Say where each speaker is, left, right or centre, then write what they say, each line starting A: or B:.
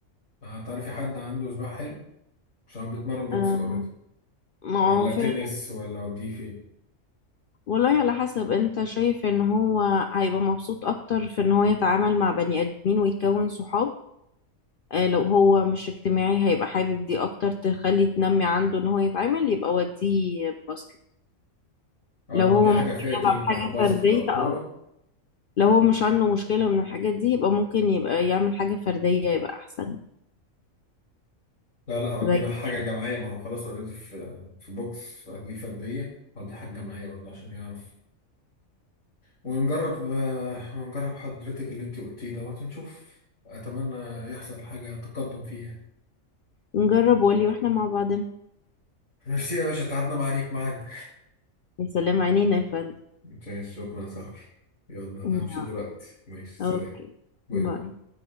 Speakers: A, on the left (about 80°); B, on the left (about 55°).
A: هتعرفي حد عنده سباحة حلو عشان هو بيتمرن بوكس
B: آه
A: أوريدي
B: ما
A: ولا
B: هو
A: تنس
B: في
A: ولا أوديه فين
B: والله على حسب انت شايف ان هو هيبقى مبسوط اكتر في ان هو يتعامل مع بني ادمين ويكون صحاب آه، لو هو مش اجتماعي هيبقى حابب دي اكتر تخلي تنمي عنده ان هو يتعامل يبقى وديه باسكت
A: اه
B: لو
A: نودي
B: هو
A: حاجة
B: ممكن
A: فيها تيم
B: يلعب
A: اه
B: حاجة
A: باسكت
B: فردية
A: أو كورة
B: اه لو هو مش عنده مشكلة من الحاجات دي يبقى ممكن يبقى يعمل حاجة فردية يبقى احسن
A: لا لا هودي
B: زي
A: بقى حاجة
B: كده.
A: جماعية ما هو خلاص اوريدي في في بوكس فدي فردية هودي حاجة جماعية برضه عشان يعرف ونجرب آه، ونجرب حضرتك اللي انت قلتيه دوت ونشوف أتمنى يحصل حاجة تقدم فيها
B: نجرب وقولي واحنا مع بعضنا
A: ميرسي يا باشا تعبنا معاك معانا
B: يا سلام عينينا يا فندم
A: ماشي شكرا يا صاحبي يلا أنا
B: آه،
A: همشي دلوقتي ماشي
B: اوكي
A: سلام باي باي
B: باي